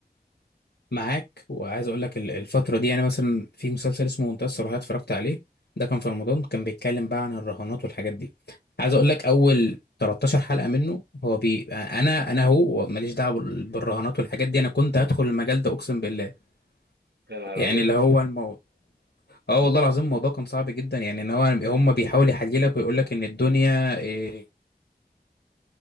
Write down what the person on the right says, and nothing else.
يا نهار
ابيض